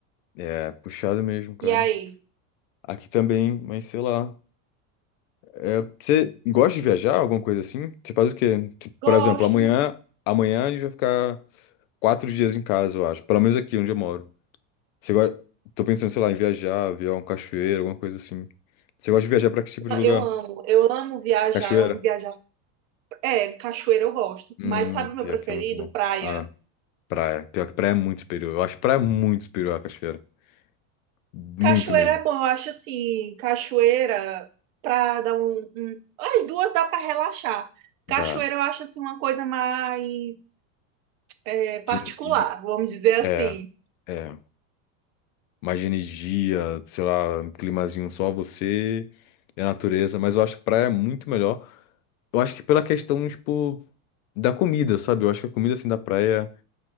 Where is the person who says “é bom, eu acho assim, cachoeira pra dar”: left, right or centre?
Right